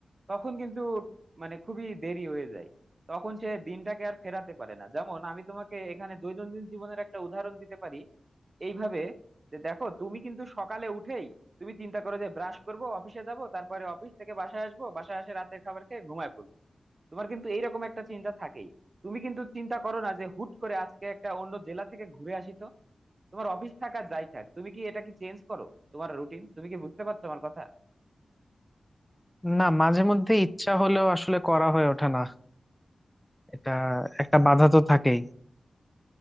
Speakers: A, on the right; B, in the centre.
A: তখন কিন্তু মানে খুবই দেরি হয়ে যায় তখন সে দিনটাকে আর ফেরাতে পারে না যেমন আমি তোমাকে এখানে দৈনন্দিন জীবনের একটা উদাহরণ দিতে পারি এইভাবে যে দেখো তুমি কিন্তু সকালে উঠেই তুমি চিন্তা করো যে ব্রাশ করব অফিসে যাব তারপরে অফিস থেকে বাসায় আসবো বাসায় এসে রাতের খাবার খেয়ে ঘুমায় পড়বো তোমার কিন্তু এইরকম একটা চিন্তা থাকেই তুমি কিন্তু চিন্তা করো না যে হুট করে আজকে একটা অন্য জেলা থেকে ঘুরে আসি তো তোমার অফিস থাকা যাই থাক তুমি কি এটা কি চেঞ্জ করো তোমার রুটিন তুমি কি বুঝতে পারছো আমার কথা
B: না মাঝে মধ্যে ইচ্ছা হলেও আসলে করা হয়ে ওঠে না এটা একটা বাধা তো থাকেই